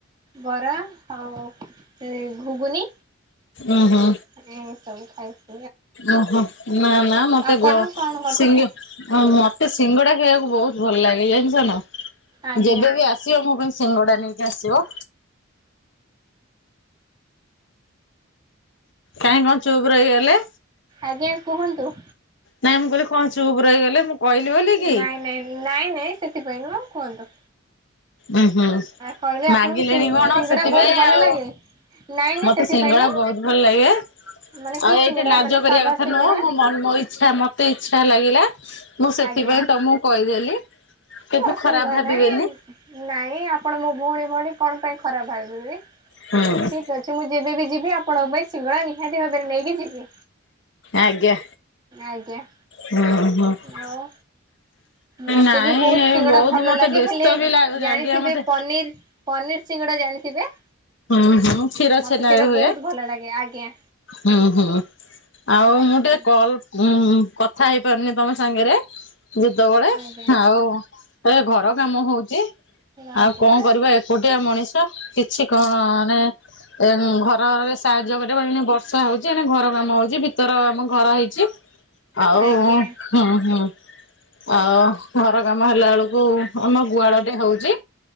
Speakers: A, on the right; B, on the left.
A: ବରା ଆଉ ସେ ଘୁଗୁନି।
B: ଉଁ ହୁଁ।
A: ଏମତି ସବୁ ଖାଏ।
B: ଓହୋ ନା ନା ମତେ
A: ଆପଣ
B: ଗ
A: କଣ କରିଥିଲେ?
B: ସିଙ୍ଗଅ ହଁ ମତେ ସିଙ୍ଗଡା ଖାଇବାକୁ ବହୁତ ଭଲ ଲାଗେ ଜାଣିଚ ନା।
A: ଆଜ୍ଞା।
B: ଯେବେବି ଆସିବ ମୋ ପାଇଁ ସିଙ୍ଗଡା ନେଇକି ଆସିବ। କାହିଁ କଣ ଚୁପ ରହିଗଲେ।
A: ଆଜ୍ଞା କୁହନ୍ତୁ।
B: ନାଇଁ ମୁଁ କହିଲି କଣ ଚୁପୁ ରଇଗଲେ ମୁଁ କହିଲି ବୋଲି କି?
A: ନାଇଁ ନାଇଁ ନାଇଁ ନାଇଁ ସେଥିପାଇଁ ନୁହଁ କୁହନ୍ତୁ।
B: ଉୁ ହୁଁ
A: କହିଲେ ଆପଣଙ୍କୁ
B: ମାଗିଲେଣି
A: ସି
B: କଣ
A: ସିଙ୍ଗଡ଼ା
B: ସେଥିପାଇଁ
A: ବହୁତ ଭଲ
B: ଆଉ
A: ଲାଗେ? ନାଇଁ ନାଇଁ
B: ମତେ
A: ସେଥିପାଇଁ
B: ସିଙ୍ଗଳା
A: ନୁହଁ
B: ବହୁତ ଭଲ ଲାଗେ
A: ମାନେ କି
B: ଆଉ
A: ସିଙ୍ଗଡ଼ା
B: ଏଇଠି ଲାଜ
A: ମାନେ
B: କରିବା
A: ସାଧା
B: କଥା
A: ସିଙ୍ଗଡ଼ା
B: ନୁହଁ ମୁଁ ମୋ ଇଚ୍ଛା ମତେ ଇଚ୍ଛା ଲାଗିଲା ମୁଁ ସେଥିପାଇଁ
A: ଆଜ୍ଞା।
B: ତମକୁ କହିଦେଲି କିଛି
A: ଅସୁବିଧା
B: ଖରାପ ଭାବିବେନି।
A: ନାହିଁ ନାଇଁ ଆପଣ ମୋ ଭଉଣୀ ଭଳି କଣ ପାଇଁ ଖରାପ ଭାବିବି।
B: ହୁଁ
A: ଠିକ୍ ଅଛି ମୁଁ ଯେବେବି ଯିବି ଆପଣଙ୍କ ପାଇଁ ସିଙ୍ଗଡ଼ା ନି ହାତି ଭାବରେ ନେଇକି ଯିବି
B: ଆଜ୍ଞା।
A: ଆଜ୍ଞା।
B: ହୁଁ। ହୁଁ
A: ଆଉ ମତେ
B: ନାଇଁ
A: ବି ବହୁତ ସିଙ୍ଗଡା ଭଲ
B: ମତେ
A: ଲାଗେ
B: ବ୍ୟସ୍ତ
A: ହେଲେ
B: ବି ଲାଗୁ
A: ଜାଣିଥିବେ
B: ଆଜ୍ଞା ମତେ
A: ପନିର ପନିର ସିଙ୍ଗଡ଼ା ଜାଣିଥିବେ?
B: ହଁ ହଁ କ୍ଷୀର
A: ମତେ
B: ଛେନାରେ
A: ସେଇଟା ବହୁତ
B: ହୁଏ।
A: ଭଲ ଲାଗେ ଆଜ୍ଞା।
B: ହୁଁ ହୁଁ ଆଉ
A: ଆଜ୍ଞା
B: ମୁଁ ଟିକେ କଲ୍ ଉଁ ହୁଁ କଥା ହେଇପାରୁନି ତମ ସାଙ୍ଗରେ ଯେତେବେଳେ
A: ଆଜ୍ଞା
B: ଆଉ ଏ ଘର କାମ ହଉଛି
A: ଆଜ୍ଞା
B: ଆଉ କଣ କରିବା ଏ କୁଟିଆ ମଣିଷ କିଛି ଘ ମାନେ ଘର ଏନେ ଘର ସାହାଯ୍ୟ କରିବ ଏଇନା ବ ର୍ଷା ହଉଛି ଏ ନା ଘର କାମ ହଉଛି ଭିତର ଆମ ଘର ହେଇଛି ଆଉ
A: ଆଜ୍ଞା।
B: ହୁଁ ହୁଁ ଆଉ ଘର କାମ ହେଲା ଳକୁ ଆମ ଗୁହାଳରେ ହଉଛି